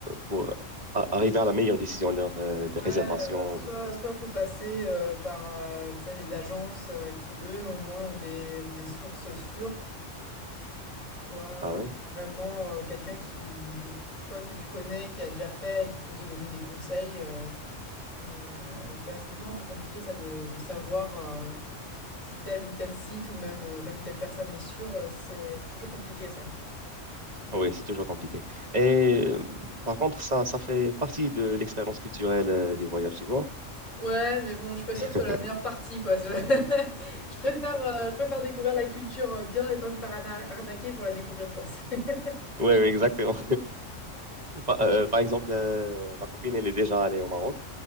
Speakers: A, on the right; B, on the left.
A: pour a-
B: Donc,
A: arriver à la meilleure décision lors euh, des
B: Ouais,
A: réservations.
B: euh, soit, soit faut passer euh, par, euh, tu sais, les agences euh, qui, eux, au moins, ont des, ont des sources sûres, soit
A: Ah oui?
B: euh, vraiment euh, quelqu'un qui, soit que tu connais, qui a déjà fait et qui peut te donner des conseils. euh, Mais euh, ça reste toujours un peu compliqué ça de, de savoir euh, si tel ou tel site ou même euh, telle ou telle personne est sûre, euh, c'est c'est toujours compliqué ça.
A: Oui, c'est toujours compliqué. Et euh, par contre, ça, ça fait partie de l'expérience culturelle euh, du voyage, tu vois.
B: Ouais, mais bon, je suis pas sûre
A: <laughs>
B: que ce soit la meilleure partie quoi. Je, <laughs> je préfère, euh, je préfère découvrir la culture euh, bien et pas me faire arna- arnaquer pour la découvrir quoi. <laughs> C'est-
A: Oui, exactement. Par, euh, par exemple, euh, ma copine, elle est déjà allée au Maroc,